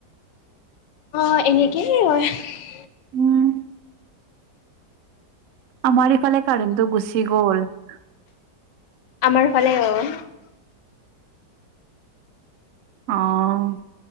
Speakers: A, on the left (about 80°); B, on the right (about 80°).
A: অঁ! এনেকেই হয় <unintelligible>
B: উম। <inaudible> আমাৰ ইফালে কাৰেন্টো গুচি গ'ল। <unintelligible>
A: আমাৰ ফালেও। <unintelligible>
B: অঁ! <inaudible>